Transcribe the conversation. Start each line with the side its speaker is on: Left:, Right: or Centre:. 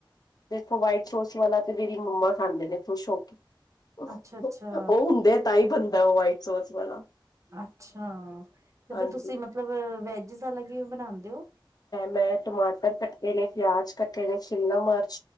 Left: ਦੇਖੋ ਵਾਈਟ ਸੋਸ ਵਾਲਾ ਤੇ ਮੇਰੀ ਮੰਮਾ ਖਾਂਦੇ ਨੇ ਥੁਸ਼ ਹੋ ਕੇ। ਉਹ
Right: ਅੱਛਾ ਅੱਛਾ
Left: ਹੁੰਦੇ ਤਾਂ ਹੀ ਬਣਦਾ ਉਹ ਵਾਈਟ ਸੋਸ ਵਾਲਾ
Right: ਅੱਛਾ, ਤੇ
Left: ਹਾਂਜੀ
Right: ਫਿਰ ਤੁਸੀਂ ਮਤਲਬ ਵੈਜਿਸ ਵਾਲਾ ਕਿਵੇਂ ਬਣਾਉਂਦੇ ਹੋ।
Left: ਮੈਂ ਟਮਾਟਰ ਕੱਟੇ ਨੇ, ਪਿਆਜ ਕੱਟੇ ਨੇ, ਸ਼ਿਮਲਾ ਮਿਰਚ